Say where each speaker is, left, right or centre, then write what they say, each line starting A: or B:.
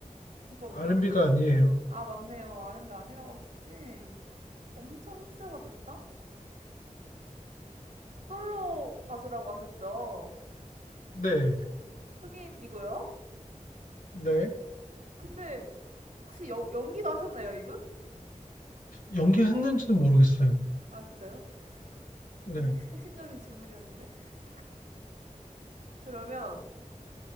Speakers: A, on the right; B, on the left.
A: 잠깐만.
B: R&B가 아니에요.
A: 아, 맞네요. R&B 아니라고 하셨지? 엄청 히트가 됐다? 솔로 가수라고 하셨죠?
B: 네,
A: 흑인이고요.
B: 네.
A: 근데 혹시 여, 연기도 하셨나요, 이분?
B: 연기했는지는 모르겠어요.
A: 아, 진짜요?
B: 네,
A: 되게 핵- 핵심적인 질문이었는데. <laughs> 그러면